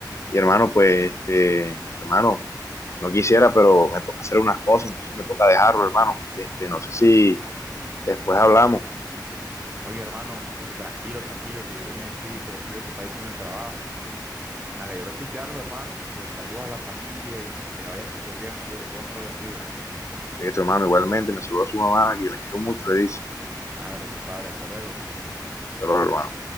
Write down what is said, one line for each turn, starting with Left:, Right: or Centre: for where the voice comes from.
Left: Y hermano, pues, este, hermano, no quisiera, pero me toca hacer unas cosas, entonces me toca dejarlo, hermano. Este, no sé si después hablamos.
Right: Oye, hermano, este, tranquilo, tranquilo, que yo también aquí pues estoy ocupadito en el trabajo y pues me alegró escucharlo, hermano, y pues saludos a la familia y que le vaya súper bien, o yo, Dios me lo bendiga.
Left: Este, hermano, igualmente, me saluda a su mamá, que la quiero mucho, le dice.
Right: Hágale, compadre, hasta luego.
Left: Hasta luego, hermano.